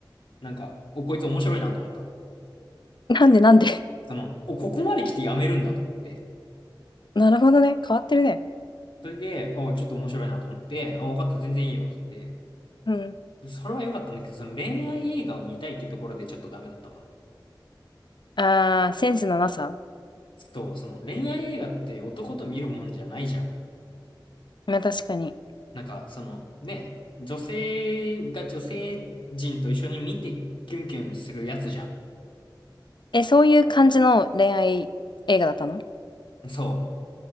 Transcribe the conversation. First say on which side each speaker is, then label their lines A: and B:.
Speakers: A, on the left; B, on the left.
A: なんか、お、こいつ面白いなと思ったの。
B: なんでなんで
A: その、お、ここまで来てやめるんだと思って。
B: <laughs> なるほどね。変わってるね。
A: それで、お、ちょっと面白いなと思って、あ、分かった、全然いいよ、つって。
B: うん。
A: でそれは良かったんだけど、その恋愛映画を見たいっていうところでちょっとダメだったわ。
B: あー、センスのなさ。
A: そう、その恋愛映画って男と見るもんじゃないじゃん。
B: まあ確かに。
A: なんか、その、ね、女性が女性人と一緒に見てキュンキュンするやつじゃん。
B: え、そういう感じの恋愛映画だったの
A: そ